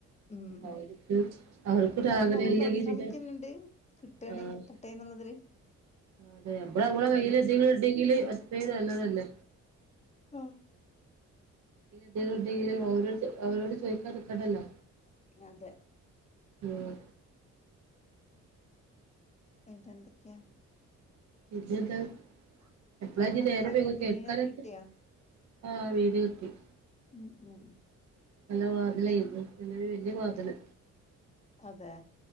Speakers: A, on the left; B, on the right.
A: ഉം ഉം
B: അവർക്ക് അവർക്കൊരു
A: ഇന്നാലും
B: ആഗ്രഹം
A: നമ്മളും
B: ഇല്ലെങ്കി
A: പരിശ്രമിക്ക്‌ന്ന്ണ്ട്
B: പിന്നെ
A: കിട്ടാണെങ്കി
B: ആഹ്
A: കിട്ട ട്ടെന്ന്ള്ളതില്.
B: അതെ നമ്മള് ഞമ്മളെ കയ്യില് എന്തെങ്കിലും ഉണ്ടെങ്കില് അത്രേം നല്ലതല്ലെ
A: ആഹ്
B: പിന്നെ എന്തേലുണ്ടെങ്കില് ഓരോട് അവരോട് ചോയിക്കാൻ നിക്കണ്ടല്ലോ
A: അതെ
B: ഉം
A: കഴിഞ്ഞിട്ടെ എന്തെക്ക്യാ
B: ഇജ്ജ്താ എപ്പളാഞ്ഞ്
A: അവിടെ മത്സ്യൊക്കെ
B: നേരം വൈകൊ
A: കിട്ടി
B: കേട്ക്കാനൊക്കെ?
A: മീനൊക്കെ കിട്ടിയോ
B: ആഹ് <unintelligible>
A: ഉം ഉം
B: നല്ല വാതിലായിരുന്നു നല്ലൊരു വല്യ വാതില്
A: അതെ